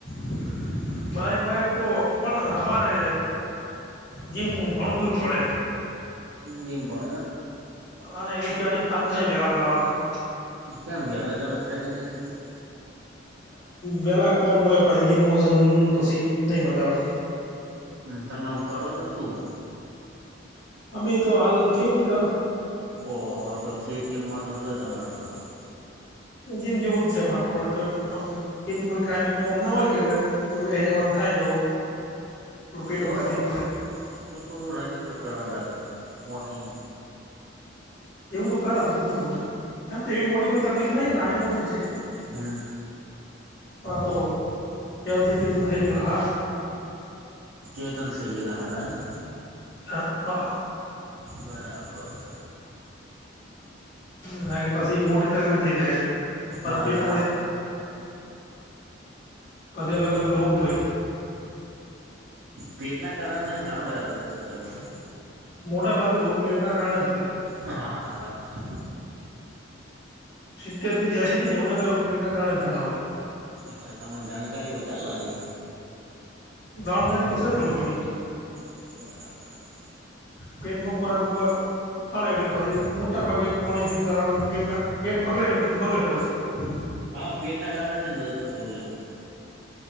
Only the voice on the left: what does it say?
<inaudible> બાઈક બાઈક તો પણ અમારે જીમ ઘણું દૂર પડે.
અને એવું શેર્ટિંગ થતું નહિ વહેલા જવાનું.
વેલા કોય પછી જીમજ પછી નઈ મજા આવતી.
અમે તો હાલ ખેતી કર.
જેમ જેવું જ છે અમારે પણમારે તો આમ ખેતીમાંડી કાય કોમ ના હોય કે એટલે થોડું બે હજારવા થાય તો થોડું પેટમાં
તકલીફ
પડે
એવું તો કર હત થોડું થોડું એમ તો, એવી મોટી કોઈ તકલીફ નાહી નાની મોટી જ છે.
પા તો બેલથી ચેતન થઈ ગયાલા આ હાર.
હ હ.
કાર કે પછી મોટી તકલીફ થઈ જાય. પછ
પેટમાંથી
પછી અલગ અલગ રોગ થય.
મોટા ભાગે રોગ પેટના કારણે જ થાય.
સિત્તેર થી એશસી થી નેવ ટકા રોગપેટ ના કારણે જ થતા હોય.
જાણકારી તશે થોડી થોડી.
પદમાં ફરાક બ હળે એટલે પછી મોટા ભાગે પાણી કારણે પેટના પેટ બગડે એટલે બધું બગડે પછી.